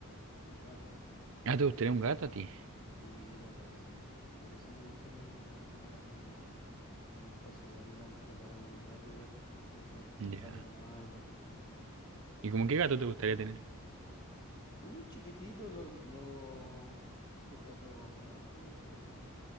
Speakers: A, on the left; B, on the right.
A: un gato.
B: Ah, ¿te gustaría un gato a ti?
A: Sí, los gatos son bonitos. Por eso me gustaría también tener así como un, un espacio igual amplio para un gato igual. Y Son que
B: Ya.
A: salen más y todo, así que.
B: ¿Y como qué gato te gustaría tener?
A: Un chiquitito, los, los- estos gatos naranjos me gustarían.